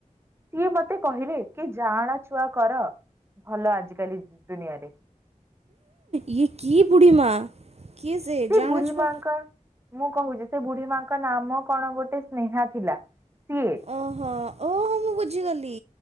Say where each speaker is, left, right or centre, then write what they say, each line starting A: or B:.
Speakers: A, on the right (about 20°); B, on the right (about 55°).
A: ସିଏ ମତେ କହିଲେ କି ଜାଆଁଳା ଛୁଆ କର ଭଲ ଆଜିକାଲି ଦୁନିଆରେ।
B: ଇଏ କି ବୁଢ଼ୀ ମା। କିଏ
A: ସେ
B: ଜାଆଁଳ
A: ବୁଢ଼ୀ
B: ଛୁଆ
A: ମାଙ୍କ ମୁଁ କହୁଛି ସେ ବୁଢୀ ମାଙ୍କ ନାମ କଣ ଗୋଟେ ସ୍ନେହା ଥିଲା ସିଏ
B: ଓହୋ ଓହୋ ମୁଁ ବୁଝିଗଲି